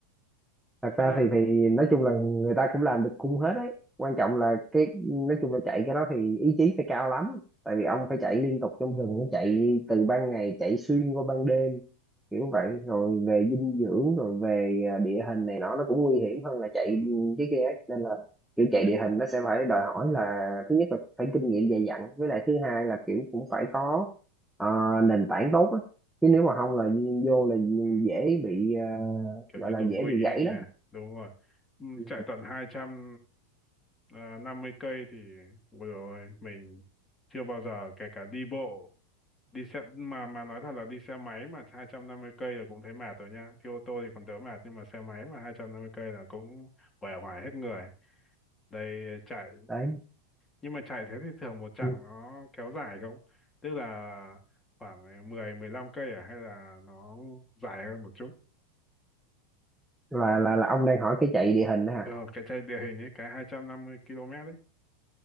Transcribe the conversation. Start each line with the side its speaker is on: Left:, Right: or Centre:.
Centre: thật
Left: nhưng
Centre: ra
Left: mà
Centre: thì thì nói chung là người ta cũng làm được cung hết đấy quan trọng là cái nói chung là chạy cái đó thì ý chí phải cao lắm tại
Left: ờ,
Centre: vì ông phải chạy liên tục trong rừng nó chạy từ ban ngày chạy xuyên qua ban đêm kiểu vậy rồi về dinh dưỡng rồi về à, địa hình này nọ nó cũng nguy hiểm hơn là chạy
Left: ừ.
Centre: cái kia ấy nên là kiểu chạy
Left: thế-
Centre: địa hình nó sẽ phải đòi hỏi là thứ nhất là phải kinh nghiệm dày dặn với lại thứ hai là kiểu cũng phải có ờ, nền tảng tốt á chứ nếu mà không là vô là
Left: ừ.
Centre: dễ bị à,
Left: kiểu
Centre: gọi
Left: như
Centre: là
Left: đột
Centre: dễ
Left: quỵ
Centre: bị gãy
Left: ấy nhỉ
Centre: đó
Left: đúng rồi Ừ,
Centre: Ừ.
Left: chạy tận hai trăm ờ, năm mươi cây thì vừa rồi mình chưa bao giờ kể cả đi bộ đi xe mà mà nói thật là đi xe máy mà 250 cây là cũng thấy mệt rồi nha đi ô tô thì còn đỡ mệt nhưng mà xe máy mà 250 cây là cũng uể oải hết người đây chạy
Centre: đấy
Left: nhưng mà chạy thế thì thường một chặng
Centre: Ừ.
Left: nó kéo dài không tức là khoảng mười mười 15 cây à hay là nó dài hơn một chút
Centre: là là là ông đang hỏi cái chạy địa hình đó hả
Left: Ờ, cái chạy địa hình ấy cái 250 km ấy